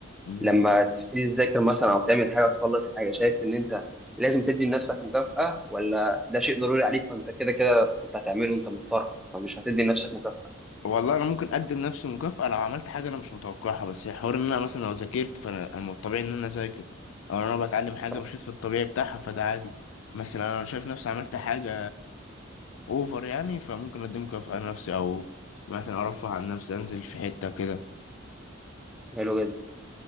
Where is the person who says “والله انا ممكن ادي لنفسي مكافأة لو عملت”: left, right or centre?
Left